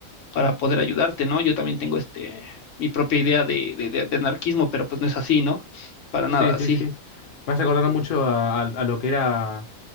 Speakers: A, on the left (about 65°); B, on the left (about 50°).
A: para poder ayudarte, ¿no? Yo también tengo este, mi propia idea de, de, de- de anarquismo, pero pues no es así, ¿no? Para
B: Sí,
A: nada,
B: sí,
A: sí.
B: sí. Me hace acordar mucho a, a- a lo que era